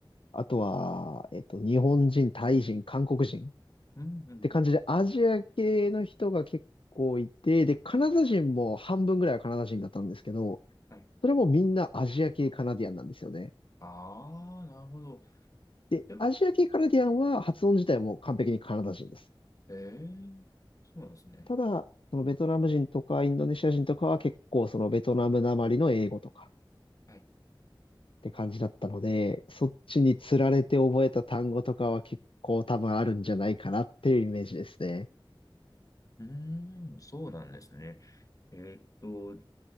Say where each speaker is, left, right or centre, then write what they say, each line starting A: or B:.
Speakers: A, on the left (about 80°); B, on the left (about 40°).
A: あとは、えっと、日本人、タイ人、韓国人。っ
B: うん、うん、うん。
A: て感じで、アジア系の人が結構いて、で、カナダ人も半分ぐらいはカナダ人だったんですけど、
B: はい。
A: それもみんなアジア系カナディアンなんですよね。
B: ああ、なるほど。
A: で、
B: で、
A: アジア系カナディアンは発音自体も完璧にカナダ人です。
B: ええーそうなんですね。
A: ただ、そのベトナム人とかインドネシア人とかは結構そのベトナムなまりの英語とか
B: はい。
A: って感じだったので、そっちにつられて覚えた単語とかは結構多分あるんじゃないかなっていうイメージですね。
B: うーん、そうなんですね。えーっと、